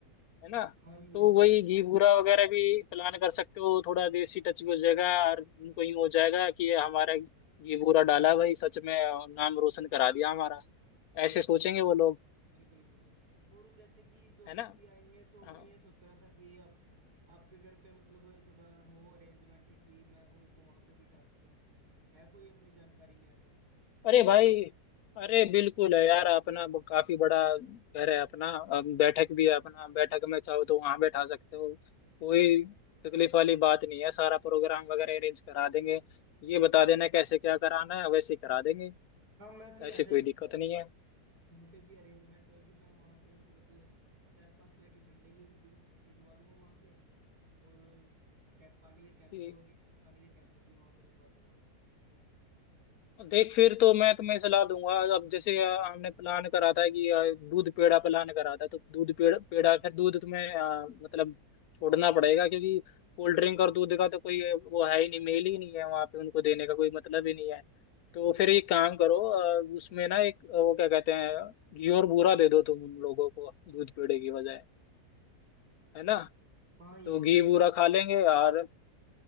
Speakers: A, on the left; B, on the right.
A: है ना
B: हाँ ये
A: तो
B: तो
A: वही
B: है
A: घी बूरा वगैरह भी प्लान कर सकते हो थोड़ा देसी टच भी हो जाएगा और उनको यूँ हो जाएगा कि ये हमारा घी बूरा डाला भाई सच में नाम रोशन करा दिया हमारा ऐसे
B: हाँ,
A: सोचेंगे वो लोग
B: बिल्कुल बिल्कुल और जैसे कि जो
A: है
B: भाती
A: ना
B: आएंगे तो
A: हाँ
B: मैं ये सोच रहा था कि आप आपके घर पे मतलब थोड़ा हो अरेंजमेंट कि मैं उनको वहां पे बिठा सके है कोई अपनी जानकारी में ऐसा
A: अरे भाई अरे बिल्कुल है यार अपना ब- काफी बड़ा घर है अपना अब बैठक भी है अपना बैठक में चाहो तो वहां बैठा सकते हो कोई तकलीफ वाली बात नहीं है सारा प्रोग्राम वगैरह अरेंज करा देंगे ये बता देना कैसे क्या कराना है वैसे ही करा देंगे
B: हाँ मैं फिर
A: ऐसी
B: ऐसा
A: कोई
B: ही
A: दिक्कत नहीं
B: वहाँ पे भी अरेंजमेंट होगी मैं वहाँ पे मतलब चार पांच पेटी ठंडे की भि- भिजवा दूंगा वहाँ पे और कैंप पानी के कैंपर
A: है
B: हो गए पानी के कैंपर भी वहाँ पे रखवा दूंगा
A: देख फिर तो मैं तुम्हें सलाह दूंगा अब जैसे अ, हमने प्लान करा था कि अ, दूध पेड़ा प्लान करा था तो दूध पेड़ा पेड़ा फिर दूध तुम्हें अ, मतलब छोड़ना पड़ेगा क्योंकि कोल्ड ड्रिंक और दूध का तो कोई अ, वो है ही नहीं मेल ही नहीं है वहाँ पे उनको देने का कोई मतलब ही नहीं है तो फिर एक काम करो अ, उसमें ना एक अ, वो क्या कहते हैं घी और बूरा दे दो तुम उन लोगों को दूध पेड़े की बजाय है ना
B: हाँ ये
A: तो घी
B: भी
A: बूरा
B: है
A: खा लेंगे और